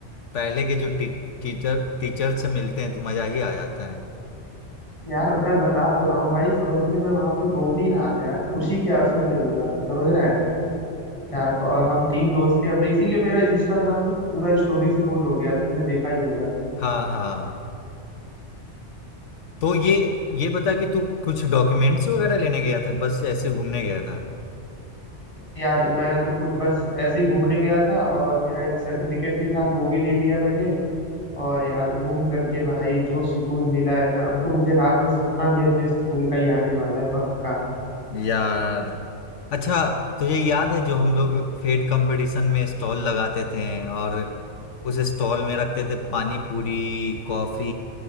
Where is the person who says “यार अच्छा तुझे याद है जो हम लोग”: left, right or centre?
Left